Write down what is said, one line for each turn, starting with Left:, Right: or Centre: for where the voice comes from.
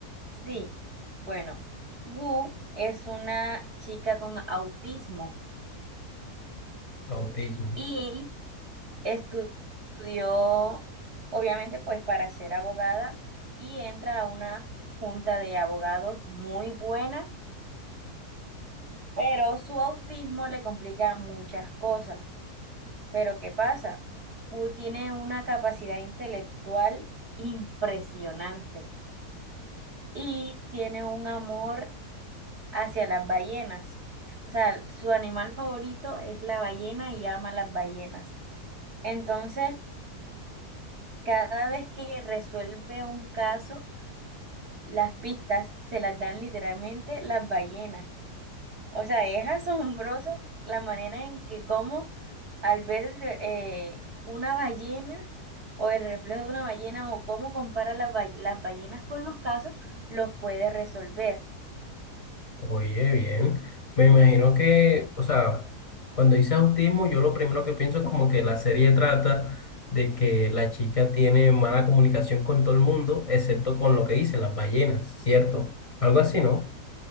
Right: Sí, bueno, Wu es una chica con autismo
Left: Autismo.
Right: y estu- estudió, obviamente, pues para ser abogada y entra a una junta de abogados muy buena, pero su autismo le complica muchas cosas. Pero ¿qué pasa? Wu tiene una capacidad intelectual impresionante y tiene un amor hacia las ballenas. O sea, su animal favorito es la ballena y ama las ballenas. Entonces, cada vez que resuelve un caso, las pistas se las dan literalmente las ballenas. O sea, es asombroso la manera en que como al ver el re- eh, una ballena o el reflejo de una ballena o cómo compara las, ba- las ballenas con los casos, los puede resolver.
Left: Oye, bien. Me imagino que, o sea, cuando dice autismo, yo lo primero que pienso es como que la serie trata de que la chica tiene mala comunicación con todo el mundo, excepto con lo que dicen las ballenas, ¿cierto? Algo así, ¿no?